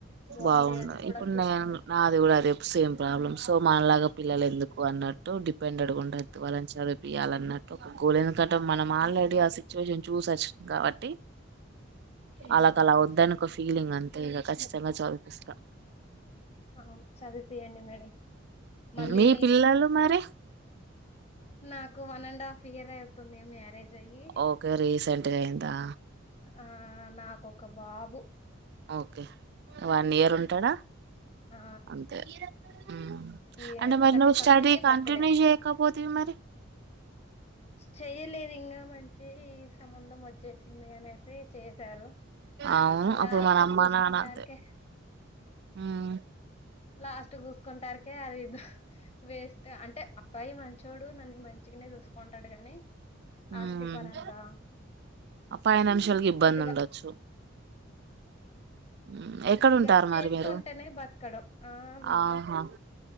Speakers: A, on the left; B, on the right.
A: బావుండేదని
B: బాగుండు
A: ఇప్పుడు అనిపిస్తుంది
B: నేను నాది కూడా అదే సేమ్ ప్రాబ్లమ్ సో మనలాగా పిల్లలు
A: అవును
B: ఎందుకు అన్నట్టు డి బండడుగుండ ఎత్వాలని చదువుపియాలన్నట్టు కూలిందుకట్ట మనం ఆల్రెడీ అస్సల్ చొజ్యం చూసొచ్చినం కాబట్టి
A: ఉమ్
B: ఆళ్ళకి అలా వద్దని ఒక ఫీలింగ్ అంతే ఇగ ఖచ్చితంగా చదివ్పిస్త
A: అవును చదుపియండి మేడం మళ్ళీ
B: మీ పిల్లలు మరి
A: నాకు వన్ అండ్ హాఫ్ ఇయర్ అవుతుంది మ్యారేజ్ అయ్యి
B: ఓకే రీసెంట్గా అయిందా
A: ఆ నాకు ఒక బాబు
B: ఓకే వన్ ఇయర్ ఉంటాడ
A: ఆ
B: అంతే ఉమ్.
A: ఈ
B: అంటే మరి
A: థర్టీ
B: నువ్వు
A: ఫస్ట్
B: స్టడీ
A: కి బర్త్
B: కంటిన్యూ
A: డే
B: చేయకపోతివి మరి
A: చెయ్యలేదు ఇంగా మ నుంచి ఈ సంబంధం వచ్చేసింది అనేసి చేశారు
B: అవును
A: ఆ లాస్ట్
B: అప్పుడు మన అమ్మ
A: కి చూస్కుంటార్కె
B: నాన్న అంతే ఉమ్,
A: లాస్ట్ చూస్కుంటార్కె అది ఇదు వేస్ట్ అంటే అబ్బాయి మంచోడు నన్ను మంచిగనే చూసుకుంటాడు గాని
B: ఉమ్.
A: ఆస్తి పరంగా
B: ఫైనాన్షియల్ గ ఇబ్బంది
A: కొద్దిగా
B: ఉండొచ్చు ఉమ్, ఎక్కడ
A: ఇగ
B: ఉంటారు
A: చేస్కుంటేనే
B: మరి మీరు
A: బతకడం ఆ మేమా
B: ఆహా